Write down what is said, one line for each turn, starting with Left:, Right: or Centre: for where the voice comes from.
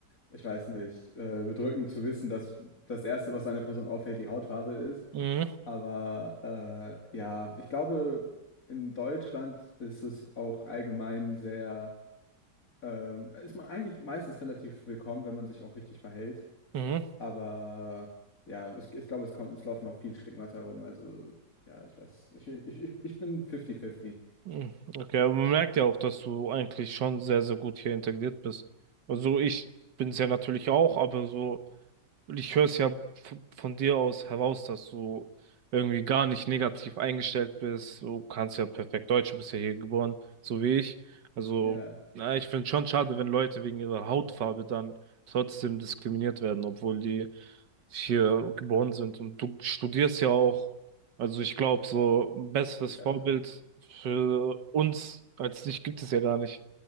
Left: ich weiß nicht, äh, bedrückend zu wissen, dass das Erste, was einer Person auffällt, die Hautfarbe ist.
Right: mhm.
Left: Aber äh, ja, ich glaube, in Deutschland ist es auch allgemein sehr ähm, ist man eigentlich meistens relativ willkommen, wenn man sich auch richtig verhält.
Right: Mhm.
Left: Aber ja, ich, ich glaube, es kommt, es laufen auch viel Stigmata rum. Also ja, ich weiß, ich, ich, ich ich bin 50-50.
Right: Mhm. Okay, aber man merkt ja auch, dass du eigentlich schon sehr, sehr gut hier integriert bist. Also ich bin es ja natürlich auch, aber so. ich höre es ja f- von dir aus heraus, dass du irgendwie gar nicht negativ eingestellt bist. Du kannst ja perfekt Deutsch, du bist ja hier geboren, so wie ich. Also,
Left: Ja,
Right: na, ich finde schon schade, wenn Leute wegen ihrer Hautfarbe dann trotzdem diskriminiert werden, obwohl die hier geboren sind. Und du studierst ja auch, also ich glaube, so ein besseres
Left: ja.
Right: Vorbild für uns als dich gibt es ja gar nicht.